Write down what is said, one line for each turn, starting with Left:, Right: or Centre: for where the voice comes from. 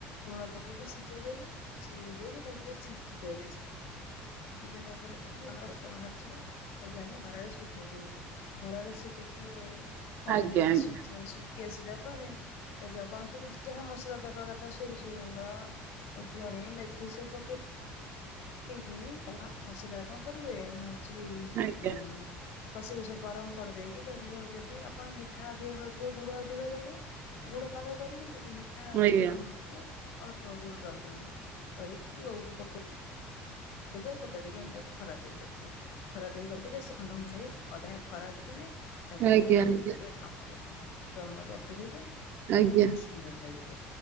Left: ଲୁଣ ପକେଇକି ସିଝେଇ ଦେବେ ସିଝେଇ ଦେଇକି ତାକୁ ଟିକେ ଛେଚି ଦେବେ। ସିଝେଦେଲା ପରେ ତାକୁ ରସ ବାହାରିଯିବ। ତାପରେ ଆଣିିକ ଖରାରେ ଶୁଖେଇଦେବେ ଖରାରେ ସେ ଟିକେ ଅଧାଣିଆ
Right: ଆଜ୍ଞା ଆଜ୍ଞା
Left: ସୁଜ୍ ସୁଖ୍ ସୁଖୀ ଆସିଲା ପରେ ତାକୁ ଆପଣ ସବୁ ଯାହା ମସଲା ଦବା କଥା ସୋରିଷ ଗୁଣ୍ଡ। ଜୁଆଣୀ ମେଥି ସବୁ ପକେଇକି ପକେଇକି ମସଲା କଣ କରିବେ ନା ହଉଛି
Right: ଆଜ୍ଞା
Left: ଉଁ କଷି କୁଷକି ଗରମ କରିଦେଇକି ତାଦେହରେ ଯଦି ଆପଣ ମିଠା ଅଧିକ ଖାଉଥିବେ ଗୁଡ ଅଧିକ ଦେବେ। ଗୁଡ ପାଗ କରିବେ ଯଦି ମିଠା ମିିଠା ଅଧିକ
Right: ଆଜ୍ଞା
Left: ଖାଉନଥିବେ ଅଳ୍ପ ଗୁଡ ପାଗ କରିବେ କରିକି ଆଉକୁ ପକେଇ ପକେଇ ଦେବେ ପକେଦେଇକି ଆଣିକି ଟିକେ ତାକୁ ଖରା ଦେଇ ଦେବେ ତାକୁ। ଖରା ଦେଇ ରଖିଦେଲେ ସେ ଖଣ୍ଡ ବାହାରିବ ଅଧା ଖରା ଦେଇଥିବେ। ତାକୁ
Right: ଆଜ୍ଞା
Left: ପୁଣି
Right: ଆଜ୍ଞା
Left: ରଖିଦେବେ ଡ୍ରମ ରେ ହଁ ଡ୍ରମ ରେ ରଖିଦେବେ <unintelligible>
Right: ଆଜ୍ଞା
Left: ଭୁସ ସୁନ୍ଦର ଲାଗିବ